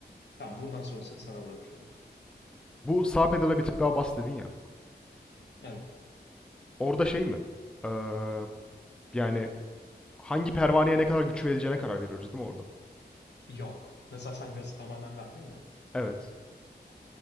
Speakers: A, on the left; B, in the centre.
A: Tamam buradan sonrasını sana bırakıyorum.
B: Bu sağ pedala bir tık daha bas dedin ya.
A: Evet.
B: Orada şey mi? Ee, yani hangi pervaneye ne kadar güç verileceğine karar veriyoruz değil mi orada?
A: Yok. Mesela sen gazı tamamen verdin ya.
B: Evet.